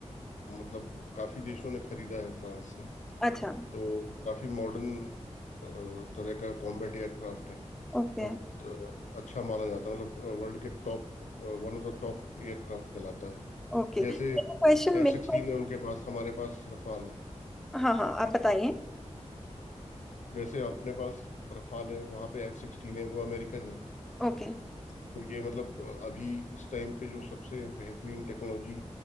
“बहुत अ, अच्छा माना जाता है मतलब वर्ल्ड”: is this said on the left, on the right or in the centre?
Left